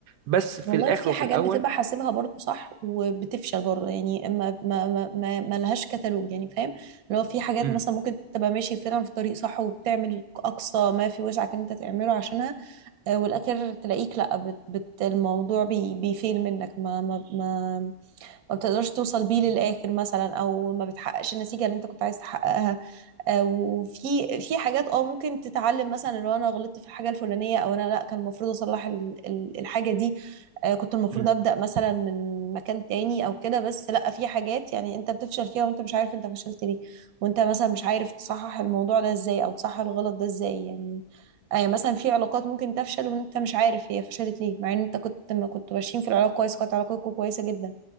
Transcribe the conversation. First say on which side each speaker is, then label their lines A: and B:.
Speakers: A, on the right (about 85°); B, on the right (about 65°).
A: بس في
B: والله
A: الاخر
B: في
A: وفي
B: حاجات
A: الاول
B: بتبقى حاسبها برضو صح وبتفشل برضو يعني ما ما ما ما ما لهاش كتالوج يعني فاهم لو في حاجات
A: امم
B: مثلا ممكن تبقى ماشي فعلا في طريق صح وبتعمل اقصى ما في وسعك ان انت تعمله عشانها آه، والاخر تلاقيك لا بت بت الموضوع بي بيفيل منك ما ما ما ما بتقدرش توصل بيه للآخر مثلا أو ما بتحققش النتيجة اللي أنت كنت عايز تحققها آه، وفي في حاجات اه ممكن تتعلم مثلا لو أنا غلطت في الحاجة الفلانية أو أنا لأ كان المفروض أصلح ال- ال- الحاجة دي آه، كنت المفروض
A: امم
B: أبدأ مثلا من مكان تاني أو كده بس لأ في حاجات يعني أنت بتفشل فيها وأنت مش عارف أنت فشلت ليه وأنت مثلا مش عارف تصحح الموضوع ده إزاي أو تصحح الغلط ده إزاي يعني آه، يعني مثلا في علاقات ممكن تفشل وانت مش عارف هي فشلت ليه مع ان انت كنت ما كنت ماشيين في العلاقه كويس كانت علاقتكم كويسه جدا